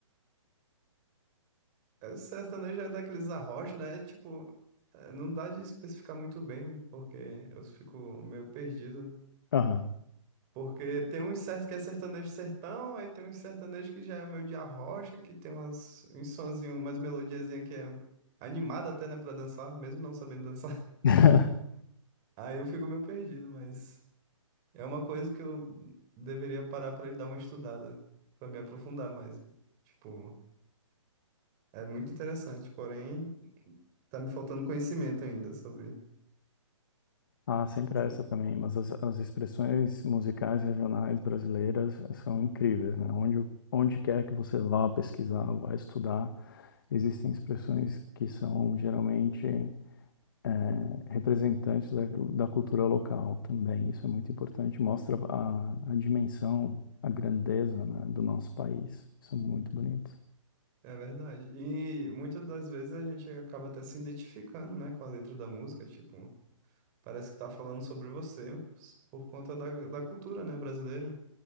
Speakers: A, on the right (about 20°); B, on the left (about 40°).
A: é, sertanejo é daqueles arrocha, né? É tipo. é, Não dá de especificar muito bem, porque eu fico meio perdido.
B: Aham.
A: Porque tem uns certos que é sertanejo sertão, aí tem uns sertanejo que já é meio de arrocha, que tem umas, uns sonzinhos, umas melodiazinhas que é animada até, né, pra dançar, mesmo não sabendo dançar.
B: <laughs>
A: <laughs> Aí eu fico meio perdido, mas. É uma coisa que eu deveria parar pra dar uma estudada, pra me aprofundar mais. Tipo, é muito interessante, porém, tá me faltando conhecimento ainda sobre,
B: Ah, sempre
A: sobre...
B: essa também, mas as, as expressões musicais regionais brasileiras são incríveis, né? Onde, onde quer que você vá pesquisar, vá estudar, existem expressões que são geralmente eh, representantes da, da cultura local também. Isso é muito importante, mostra a, a dimensão, a grandeza, né, do nosso país. São muito bonitos.
A: É verdade. E muitas das vezes a gente acaba até se identificando, né, com a letra da música, tipo, parece que tá falando sobre você por conta da, da cultura, né, brasileira.